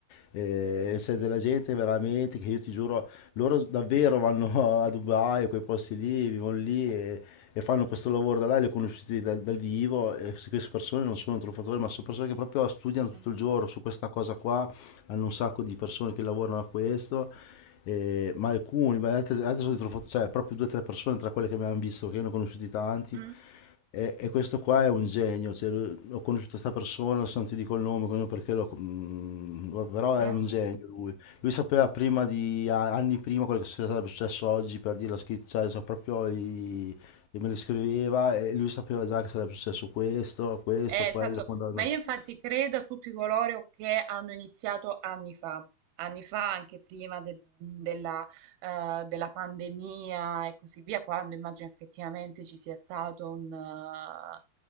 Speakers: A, on the left (about 65°); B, on the right (about 85°).
A: Eh, E c'è della gente veramente che io ti giuro, loro davvero vanno <laughs> a Dubai, quei posti lì, vivono lì e, e fanno questo lavoro da là, li ho conosciuti dal, dal vivo, e s- queste persone non sono truffatori, ma sono persone che proprio studiano tutto
B: Mm.
A: il giorno su questa cosa qua, hanno un sacco di persone che lavorano a questo, e- ma alcuni, ma altri, altri sono dei truffatori, cioè proprio due o tre persone tra quelle che mi hanno visto, che io ne ho conosciuti tanti,
B: Mm.
A: e, e questo qua è un genio, cioè, lo- ho conosciuto questa persona, adesso non ti dico il nome, non perché l'ho- mm, però è
B: No.
A: un genio lui lui sapeva prima di a- anni prima quello che sarebbe successo oggi per dire la scritta, cioè, cioè, proprio i- e me le scriveva e lui sapeva già che sarebbe successo questo, questo,
B: Eh, esatto,
A: quello, quando andava
B: ma io
A: al mercato.
B: infatti credo a tutti coloro che hanno iniziato anni fa, anni fa anche prima de- della, eh, della pandemia e così via, quando immagino effettivamente ci sia stato un, eh,